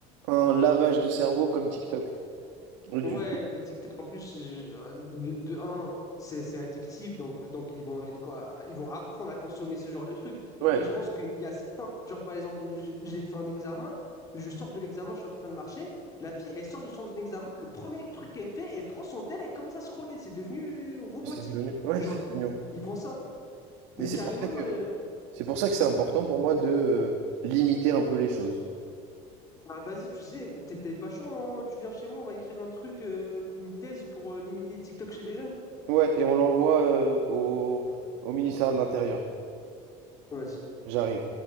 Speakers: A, on the right (about 85°); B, on the left (about 25°).
A: un lavage de cerveau comme TikTok. Du
B: Ouais,
A: tout.
B: mais TikTok en plus je- euh, de, de un, c'est c'est addictif donc donc ils vont être quoi, ils vont apprendre à consommer ce genre de trucs. Et,
A: Ouais,
B: et je pense qu'il y a certains, genre par exemple, j- j'ai fait un examen, je sors de l'examen, je suis en train de marcher, la fille elle sort de son examen, le premier truc qu'elle fait, elle prend son tel, elle commence à scroller, c'est devenu robotique.
A: c'est devenu. Ouais,
B: Genre
A: c'est
B: ils,
A: devenu.
B: ils font ça,
A: Et
B: mais
A: c'est
B: carrément
A: pour ça que,
B: euh,
A: c'est pour ça que c'est important pour moi de, euh, limiter un peu les choses.
B: ah, vas-y, tu sais, t'es t'es pas chaud, hein, tu viens chez moi, on va écrire un truc, euh, une thèse pour euh, limiter TikTok chez les jeunes.
A: Ouais, et on l'envoie, euh, au, au ministère de l'Intérieur.
B: Vas-y.
A: j'arrive